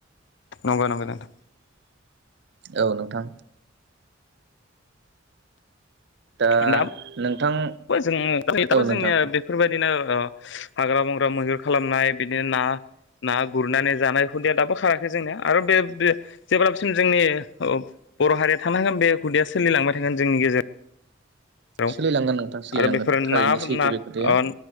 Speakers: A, on the left; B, on the right.
A: नंगौ नंगौ नोंथां
B: औ नोंथां ओ
A: दा
B: नोंथां
A: बो जों ओरैनोथ
B: औ नोंथां
A: जोंनिया बेफोरबायदि दिनो ओ हाग्रा बंग्रा मैहुर खालामनाय बिदिनो ना ना गुरनानै जानाय हुदाया दाबो खाराखै जोंनिया आरो बेब बे जेब्लासिम जोंनि ओ बर' हारिया थांनांगोन बे हुदाया सोलिलांबाय थागोन जोंनि गेजे राव
B: सोलिलांगोन नोंथां सोलिलांगोन
A: आरो बेफोरो
B: थारैनो
A: नाफोर
B: सैथो
A: ना
B: बे खोथाया
A: अ